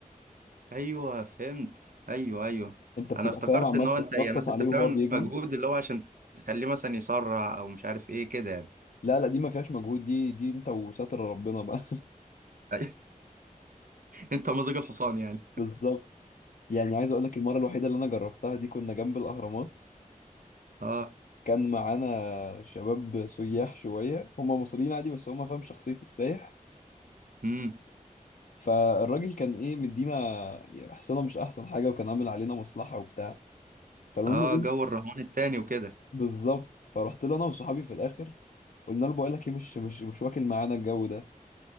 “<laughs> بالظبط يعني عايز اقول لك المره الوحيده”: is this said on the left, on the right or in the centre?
Left